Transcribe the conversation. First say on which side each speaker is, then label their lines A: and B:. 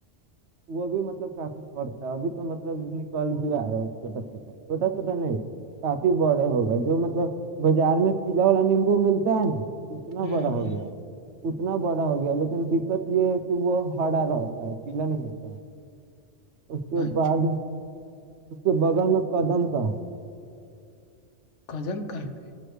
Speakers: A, on the right; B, on the left.
A: وہ بھی مطلب کافی فرتا ہے ابھی تو مطلب نکل بھی آا ہے چھوٹا چھوٹا چھوٹا سوٹا نہیں کافی بڑے ہو گئے جو مطلب بازار میں پیلا والا نیمبو ملتا ہے نا اتنا
B: ہ
A: بڑا
B: ہ
A: ہو گیا اتنا بڑا ہو گیا لیکن دقت یہ ہے کہ وہ ہرا رہتا ہے پیلا نہیں ہوتا ہے اس کے
B: اچھا
A: بعد اس کے بغل میں قدم کا ہے
B: قزم قفے <unintelligible>